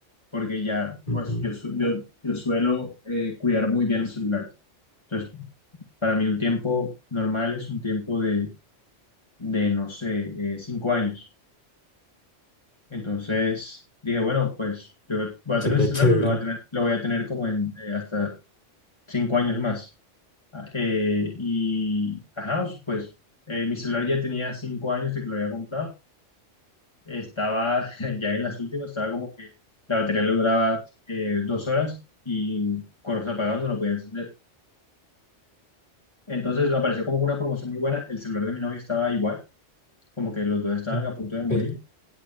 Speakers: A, on the left; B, on the left.
A: porque ya,
B: Ujú.
A: pues yo, su- yo, yo suelo eh, cuidar muy bien el celular. Entonces, para mí un tiempo normal es un tiempo de, de no sé, eh, cinco años. Entonces, dije, bueno, pues yo voy a
B: Siempre
A: tener el celular,
B: te duran.
A: lo voy a tener, lo voy a tener como en eh, hasta cinco años más. Ah, eh, y, ajá, pues eh, mi celular ya tenía cinco años de que lo había comprado. Estaba <laughs> ya en las últimas, estaba como que la batería le duraba eh, dos horas y cuando se apagaba no lo podía encender. Entonces me apareció como una promoción muy buena. El celular de mi novia estaba igual, como que los dos estaban
B: Ajá.
A: a punto
B: Ok.
A: de morir.